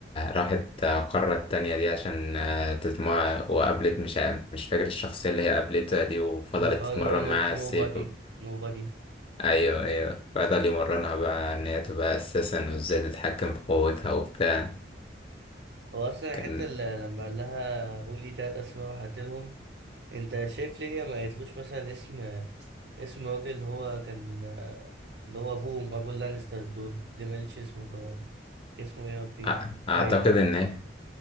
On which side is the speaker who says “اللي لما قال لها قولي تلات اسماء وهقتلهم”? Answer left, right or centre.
Right